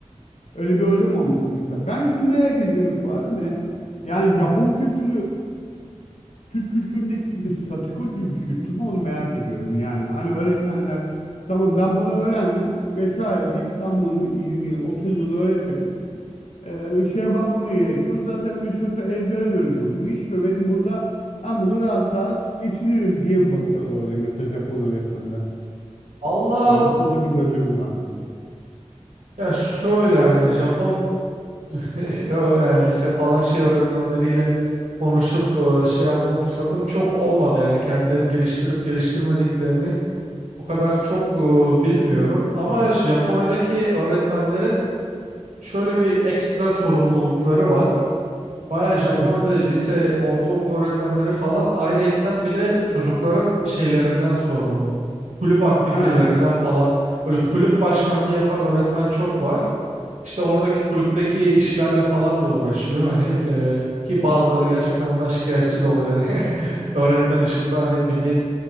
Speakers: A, on the left; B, on the right.
A: Öyle bir hocam olmuştu mesela. Ben şunu merak ediyorum bu arada ya. Yani Japon kültürü Türk kültüründeki gibi statikocu bir kültür mü onu merak ediyorum yani. Hani öğretmenler tamam ben bunu öğrendim vesaire deyip ben bunu 20 yıl 30 yıl öğretirim. Ee, bir şeye bakmama gerekiyor. Zaten bir süre sonra ezbere dönüyor bu iş ve benim burada ben burada rahat rahat geçinirim diye mi bakıyorlar oraya mesela Japon öğretmenler?
B: Allah
A: Yani bu konuda bir gözlemin var mı?
B: ya şöyle hani Japon <laughs> Ö- yani lise falan şey öğretmenleriyle konuşup e, şey yapma fırsatım çok olmadı. Yani kendilerini geliştirip geliştirmediklerini o kadar çok e, bilmiyorum. Ama Japonya'daki öğretmenlerin şöyle bir ekstra sorumlulukları var. Baya Japonya'da
A: Evet.
B: lise, ortaokul öğretmenleri falan ayrıyetten bir de çocukların şeylerinden sorumlu. Kulüp aktivitelerinden
A: Ha.
B: falan böyle kulüp başkanlığı yapan öğretmen çok var. İşte oradaki kulüpteki işlerle falan da uğraşıyor hani e, ki bazıları gerçekten bundan şikayetçi de oluyor yani <laughs> öğretme dışında hani bildiğin